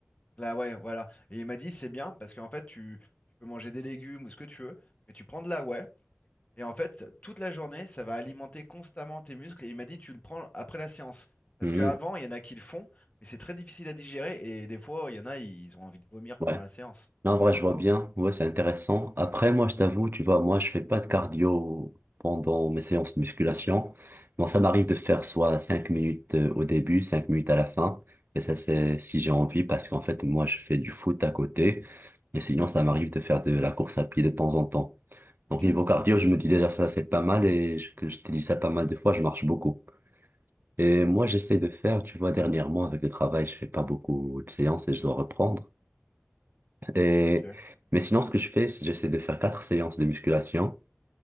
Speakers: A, on the left; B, on the right.
A: Là, ouais, voilà. Et il m'a dit, c'est bien parce qu'en fait, tu, tu peux manger des légumes ou ce que tu veux, mais tu prends de la whey. Et en fait, toute la journée, ça va alimenter constamment tes muscles. Et il m'a dit, tu le prends après la séance. Parce
B: Mhm.
A: qu'avant, il y en a qui le font, mais c'est très difficile à digérer. Et des fois, il y en a, ils ont envie de vomir pendant
B: Ouais.
A: la séance.
B: Non, en vrai,
A: Voilà.
B: je vois bien. Ouais, c'est intéressant. Après, moi, je t'avoue, tu vois, moi, je fais pas de cardio pendant mes séances de musculation. Bon, ça m'arrive de faire soit 5 minutes euh, au début, 5 minutes à la fin. Et ça, c'est si j'ai envie, parce qu'en fait, moi, je fais du foot à côté. Et sinon, ça m'arrive de faire de la course à pied de temps en temps.
A: Ok,
B: Donc, niveau cardio, je me dis déjà, ça, c'est pas mal. Et je, que je te dis ça pas mal de fois, je marche beaucoup. Et moi, j'essaie de faire, tu vois, dernièrement, avec le travail, je fais pas beaucoup de séances et je dois reprendre. Et,
A: ok,
B: mais sinon, ce que je fais, c'est j'essaie de faire quatre séances de musculation.